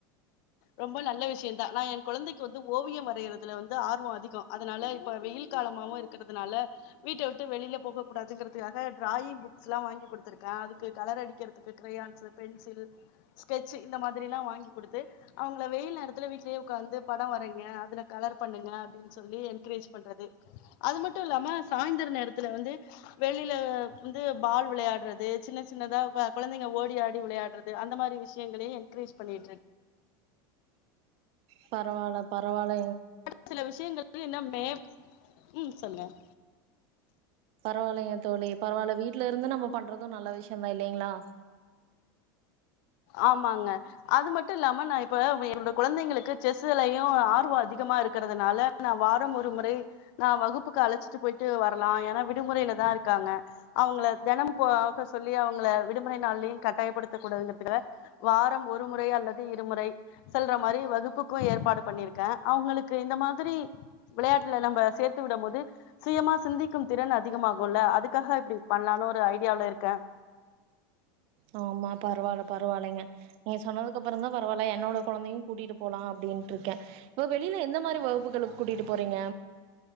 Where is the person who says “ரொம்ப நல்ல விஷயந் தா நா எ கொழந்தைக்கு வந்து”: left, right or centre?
Left